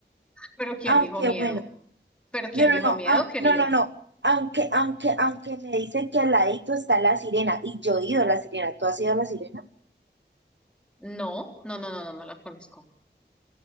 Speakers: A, in the centre; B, on the right.
A: Pero ¿quién
B: Aunque
A: dijo miedo?
B: bueno.
A: ¿Pero quién
B: No, no,
A: dijo
B: no,
A: miedo,
B: au-
A: querida?
B: no, no, no. Aunque, aunque, aunque me dicen que al ladito está la sirena y yo he ido a la sirena. ¿Tú has ido a la sirena?
A: No, no, no, no, no, no la conozco.